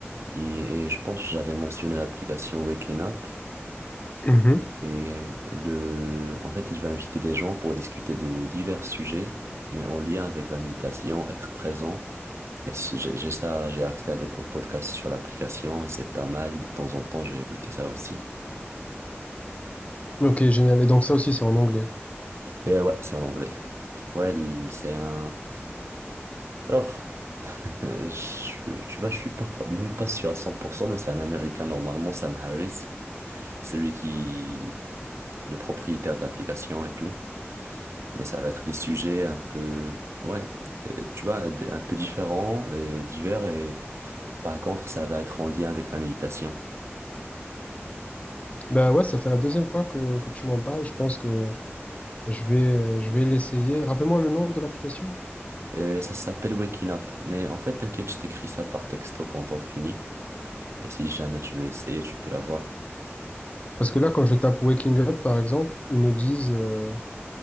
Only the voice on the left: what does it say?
Mhm.
Ok, génial. Et donc ça aussi, c'est en anglais.
Ben ouais, ça fait la deuxième fois que, que tu m'en parles. Je pense que Je vais, euh, je vais l'essayer. Rappelle-moi le nom de l'application.
Parce que là, quand je tape Waking Up, par exemple, ils me disent euh,